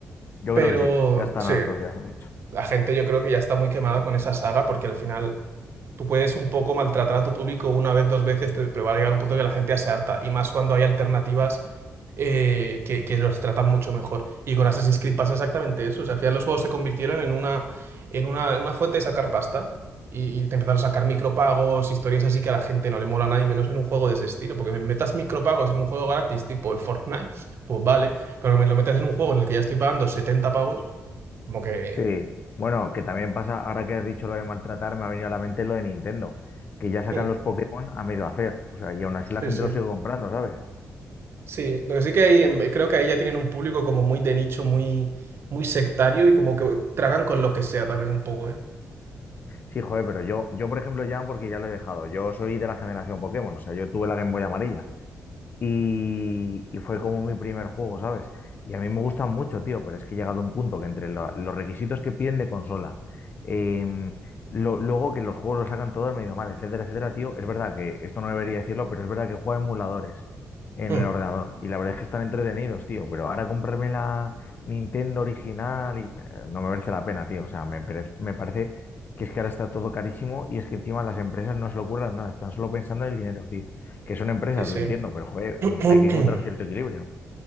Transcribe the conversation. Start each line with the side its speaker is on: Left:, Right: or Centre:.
Left: Yo
Right: pero
Left: creo que sí, ya están
Right: sí.
Left: hartos ya, de hecho.
Right: La gente yo creo que ya está muy quemada con esa saga porque al final tú puedes un poco maltratar a tu público una vez, dos veces, te- pero va a llegar un punto que la gente ya se harta. Y más cuando hay alternativas eh, que, que los tratan mucho mejor. Y con Assassin's Creed pasa exactamente eso. O sea, al final los juegos se convirtieron en una, en una, en una fuente de sacar pasta. Y, y te empezaron a sacar micropagos, historias así que a la gente no le mola nada y menos en un juego de ese estilo. Porque me metas micropagos en un juego gratis, tipo el Fortnite, pues vale. Pero que me lo metas en un juego en el que ya estoy pagando 70 pavos, como que...
Left: Sí, bueno, que también pasa, ahora que has dicho lo de maltratar, me ha venido a la mente lo de Nintendo, que ya sacan
Right: <laughs>
Left: los Pokémon a medio hacer, o sea, y aún así la
Right: Sí,
Left: gente
Right: sí.
Left: los sigue comprando, ¿sabes?
Right: Sí, lo que sí que hay, em, creo que ahí ya tienen un público como muy de nicho, muy, muy sectario y como que tragan con lo que sea también un poco, ¿eh?
Left: Sí, joder, pero yo, yo, por ejemplo, ya, porque ya lo he dejado, yo soy de la generación Pokémon, o sea, yo tuve la Game Boy amarilla y, y fue como mi primer juego, ¿sabes? Y a mí me gustan mucho, tío, pero es que he llegado a un punto que entre lo- los requisitos que piden de consola, em, lo- luego que los juegos lo sacan todos medio mal, etcétera, etcétera, tío, es verdad que esto no debería decirlo, pero es verdad que juego a emuladores en
Right: Mm,
Left: el ordenador y la verdad es que están entretenidos, tío, pero ahora comprarme la Nintendo original y eh, no me merece la pena, tío, o sea, me parece, me parece que es que ahora está todo carísimo y es que encima las empresas no se lo ocurran nada, están solo pensando en el dinero, tío que son empresas,
Right: Sí,
Left: lo entiendo, pero joder,
Right: sí.
Left: mm, hay que encontrar cierto
Right: <clears throat>
Left: equilibrio.